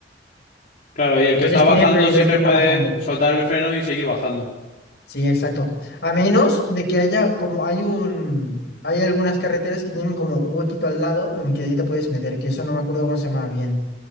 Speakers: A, on the left; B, on the left.
A: Claro, y el
B: Entonces
A: que está bajando
B: tiene prioridad
A: siempre
B: el que está
A: puede
B: bajando.
A: soltar el freno y seguir bajando.
B: Sí, exacto. A menos de que haya, como hay un, hay algunas carreteras que tienen como un huequito al lado en el que ahí te puedes meter, que eso no me acuerdo cómo se llamaba bien.